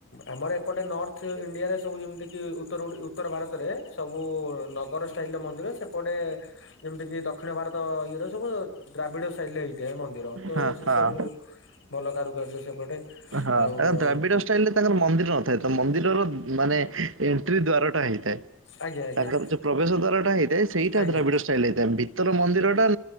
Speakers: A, on the left; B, on the right.
A: ଆମର ଏପଟେ ନର୍ଥ ଇଣ୍ଡିଆରେ ସବୁ ଯେମିତି କି ଉତ୍ତର ଉତ୍ତର ଭାରତରେ ସବୁ ନଗର ଷ୍ଟାଇଲ ର ମନ୍ଦିର। ସେପଟେ ଯେମିତି କିି ଦକ୍ଷିଣ ଭାରତ ଇଏ ର ସବୁ ଦ୍ରାବିଡ ଷ୍ଟାଇଲ ରେ ହେଇଥାଏ ମନ୍ଦିର। ମନ୍ଦିର ତ
B: ହଁ
A: ସେ
B: ହଁ।
A: ସବୁ ଭଲ କାରୁକାର୍ଯ୍ୟ ସେପଟେ।
B: ହଁ
A: ଆଉ
B: ତାଙ୍କ ଦ୍ରାବିଡ ଷ୍ଟାଇଲରେ ତାଙ୍କର ମନ୍ଦିର ନଥାଏ। ତ ମନ୍ଦିରର ମାନେ ଏଣ୍ଟ୍ରି ଦ୍ଵାର ଟା ହେଇଥାଏ।
A: ଆଜ୍ଞା ଆଜ୍ଞା
B: ତାଙ୍କର ଯୋଉ ପ୍ରବେଶ ଦ୍ଵାର ଟା ହେଇଥାଏ ସେଇଟା
A: ଆଜ୍ଞା
B: ଦ୍ରାବିଡଷ୍ଟାଇଲ ହେଇଥାଏ। ଭିତର ମନ୍ଦିର <unintelligible>